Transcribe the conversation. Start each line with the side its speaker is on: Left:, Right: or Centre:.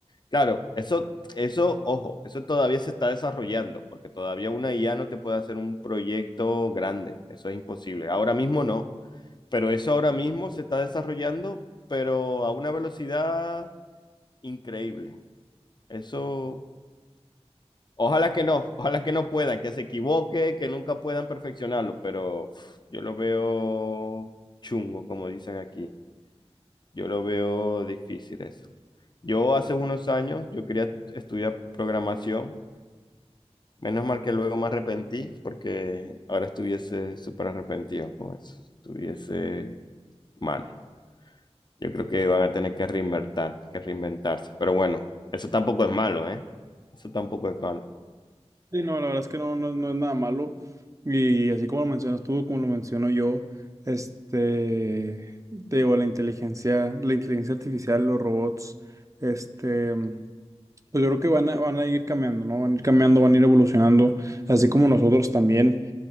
Left: Claro, eso, eso, ojo, eso todavía se está desarrollando, porque todavía una IA no te puede hacer un proyecto grande, eso es imposible. Ahora mismo no, pero eso ahora mismo se está desarrollando, pero a una velocidad increíble. Eso, ojalá que no, ojalá que no puedan, que se equivoque, que nunca puedan perfeccionarlo, pero uf, yo lo veo chungo, como dicen aquí. Yo lo veo difícil eso. Yo hace unos años, yo quería estudiar programación Menos mal que luego me arrepentí, porque ahora estuviese súper arrepentido con eso. Estuviese mal. Yo creo que van a tener que reinventar, que reinventarse. Pero bueno, eso tampoco es malo, ¿eh? Eso tampoco es malo.
Right: Sí, no, la verdad es que no, no, no es nada malo. Y así como lo mencionas tú, como lo menciono yo, este, te digo, la inteligencia, la inteligencia artificial, los robots, este, Pues yo creo que van a, van a ir cambiando, ¿no? Van a ir cambiando, van a ir evolucionando, así como nosotros también.